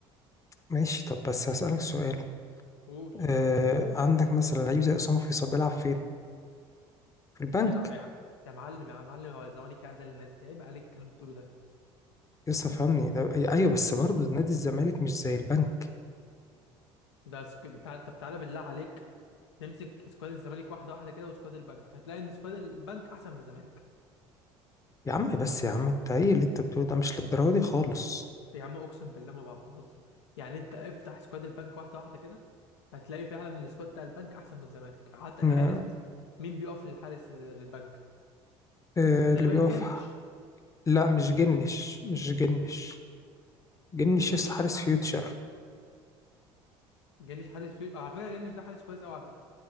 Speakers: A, on the left (about 25°); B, on the left (about 85°).
A: ماشي طب بس هسألك سؤال
B: قول
A: آه عندك مثلا لعيب زي اسامه فيصل بيلعب فين في البنك
B: بيلعب يا عم يا معلم يا معلم هو الزمالك يعني ده للنادي عيب عليك الكلام اللي بتقوله ده
A: لسه فهمني ده ايوه بس برضه نادي الزمالك مش زي البنك
B: ده سك... تعال... طب تعالى بالله عليك نمسك سكواد الزمالك واحده واحده كده وسكواد البنك هتلاقي ان سكواد البنك احسن من الزمالك
A: يا عم بس يا عم انت ايه اللي انت بتقوله ده مش للدرجه دي خالص
B: يا عم اقسم بالله ما بهزر يعني انت افتح سكواد البنك واحده واحده كده هتلاقي فعلا السكواد بتاع البنك احسن من الزمالك حتى الحارس
A: انا
B: مثلا مين بيقف للحارس للبنك
A: آه اللي
B: تقريبا
A: بيقف
B: جنش
A: لا مش جنش مش جنش جنش لسه
B: مين
A: حارس
B: يا عم
A: فيوتشر
B: جنش حارس في... آه، على فكره جنش ده حارس كويس قوي على فكره